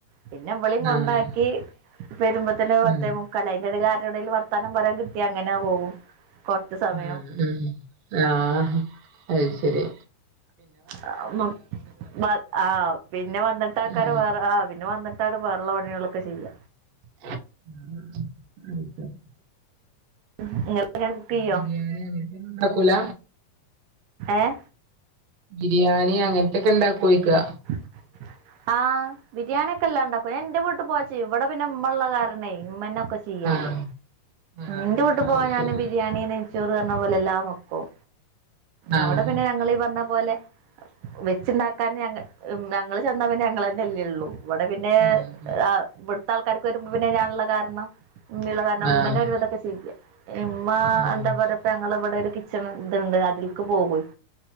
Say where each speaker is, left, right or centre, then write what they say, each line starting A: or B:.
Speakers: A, on the right; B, on the right.
A: പിന്നെ, ഇവളിം കൊണ്ടാക്കി.
B: ആഹ്
A: വെരുമ്പത്തെന്നെ പത്തേമുക്കാലായി.
B: ഉം
A: അയ്ന്റെടേല് ആരോടേലും വർത്താനം പറയാൻ കിട്ട്യാ അങ്ങനൊ പോകും. കൊറച്ച് സമയം
B: അഹ്. അ. ആഹ്, അയ് ശെരി.
A: ആഹ്. ആ. പിന്നെ വന്നിട്ടെക്കാരം.
B: ഉം
A: വേറെ ആഹ് വി. പിന്നെ വന്നിട്ടാണ് വേറള്ള പണികളൊക്കെ ചെയ്യ.
B: <inaudible>
A: ഇങ്ങൾക്ക് ഹെൽപെയ്യോ?
B: ബിരിയാണി അങ്ങനത്തൊന്നും ഉണ്ടാക്കൂല
A: ഏഹ്.
B: ബിരിയാണി അങ്ങൻത്തൊക്കെ ഇണ്ടാക്കോയ്ക്കാ.
A: <inaudible> ആഹ്. ബിരിയാണിക്കല്ലാം ഇണ്ടാക്കും. ഞാ ഇന്റെ വീട്ട് പോയാ ചെയ്യും. ഇവടെ പിന്നെ മ്മള്ള കാര്നെ, ഇമ്മന്നെക്കെ ചെയ്യും. ഇയ്യയ്യാ.
B: ആഹ് ആഹ്
A: ഇന്റെ വീട്ട് പോയാ
B: അത്
A: ഞാന്
B: ശരി
A: ബിരിയാ ണീ നെയച്ചോറ് അർന്നഞ്ഞ പോലെ എല്ലാം വെക്കും.
B: ആഹ്
A: അവടെ പിന്നെ ഞങ്ങളീ പർഞ്ഞ പോലെ. വെച്ച്ണ്ടാക്കാന്. ഞങ്ങ ഞങ്ങള് ചെന്നാ പിന്നെ, ഞങ്ങളെന്നെല്ലേ ള്ളൂ. ഇവടെ പിന്നെ..
B: ഉം ഉം
A: അഹ് ഇവിട്ത്താൾക്കാർക്ക് വരുമ്പോ പിന്നെ, ഞാൻ ഇള്ള കാരണം. ഇമ്മിള്ള കാരണം '
B: ആഹ്
A: ഉമ്മന്നെ ഒരു വിതൊക്കെ ചെയ്യാ. ഇമ്മാ
B: ആഹ്
A: എന്താ പറ്യ ഇപ്പ ഞങ്ങള ഇവടെ ഒരു കിച്ച്ണ് ത്ണ്ട് അതിൽക്ക് പോകെയ്.